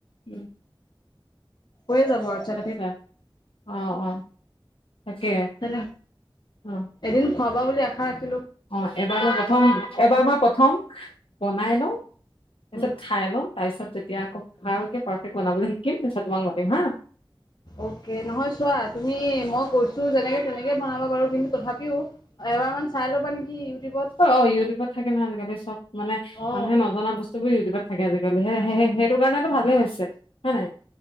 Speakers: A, on the left; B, on the left.
A: উম।
B: হৈ যাব আৰু। <unintelligible>
A: আচ্ছা অ', অ', তাকে।
B: তেনে
A: অ
B: এদিন খোৱাাবা বুলি আশা ৰাখি
A: অ', এবাৰ মই প্ৰথম, এবাৰ মই প্ৰথম বনাই লওঁ। তাৰপিছত
B: উম
A: খাই লওঁ তাৰপিছত যেতিয়া আকৌ ভালকে পাৰফেক্ট বনাবলৈ শিকিম তাৰপিছত তোমাক মাতিম হা
B: অকে নহয় চোৱা তুমি মই কৈছো যেনেকে তেনেকে বনাবা বাৰু কিন্তু তথাপিও এবাৰ মান চাই ল'বা নেকি। ইউটিউবত
A: অ' অ' ইউটিউবত থাকে নহ আজি কালি চব মানে
B: অ
A: মানুহে নজনা বস্তু বোৰ ইউটিউবত থাকে আজিকালি। হে - হে হেইটো কাৰণেতো ভালে হৈছে। হয় নাই